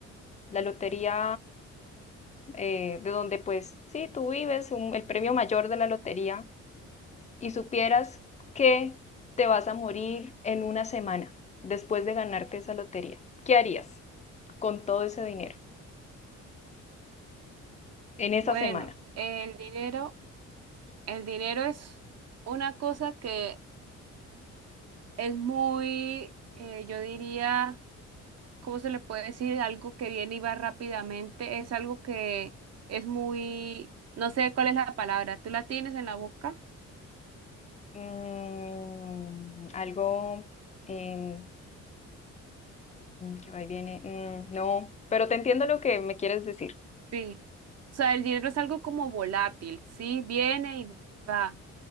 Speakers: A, on the left (about 25°); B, on the right (about 55°).
A: la lotería eh, de donde pues sí, tú vives, un- el premio mayor de la lotería, y supieras que te vas a morir en una semana después de ganarte esa lotería? ¿Qué harías? con todo ese dinero en esa
B: Bueno,
A: semana?
B: el dinero, el dinero es una cosa que es muy, eh, yo diría, ¿cómo se le puede decir? Algo que viene y va rápidamente, es algo que es muy, no sé cuál es la palabra, ¿tú la tienes en la boca?
A: Mm, algo eh, que va y viene. mm, no, pero te entiendo lo que me quieres decir.
B: Sí, o sea, el dinero es algo como volátil, sí, viene y va.